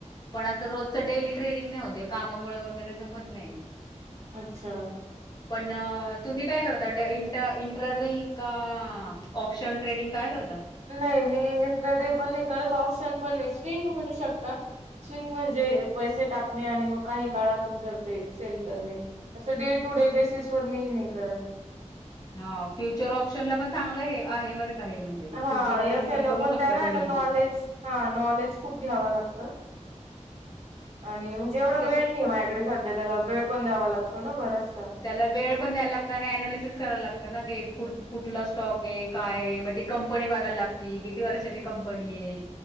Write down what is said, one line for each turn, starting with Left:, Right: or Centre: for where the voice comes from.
Left: पण असं रोजचं डेली ट्रेडिंग नाही होतंय कामामुळे वगैरे जमत नाही.
Right: अच्छा!
Left: पण तुम्ही काय करताय इंट्रडरी का? ऑप्शन ट्रेडिंग काय? करता?
Right: नाही मी इंट्राडी पण नाही करतं ऑप्शन पण नाही स्विंग म्हणू शकता. स्विंग म्हणजे पैसे टाकणे आणि मग काही काळानंतर ते सेल करणे असं डे टू डे बेस वर मी नाही करत.
Left: हा फ्युचर ऑप्शनला पण चांगलं आहे बरं का हे म्हणजे
Right: हा
Left: फ्युचर ऑप्शन
Right: एफ एलओ
Left: करू
Right: पण
Left: शकता
Right: त्याला
Left: तुम्ही.
Right: आहे ना नॉलेज हा नॉलेज खूप घ्यावं लागतं. आणि म्हणजे जेवढा
Left: तेच
Right: वेळ नाही आहे माझ्याकडे सध्या त्याला वेळ पण द्यावा लागतो ना बराच.
Left: त्याला वेळ पण द्यायला लागतं आणि अनालिसिस करायला लागत ना ते कु कुठला स्टॉक आहे काय? मग ते कंपनी बघायला लागती किती वर्षाची कंपनी आहे?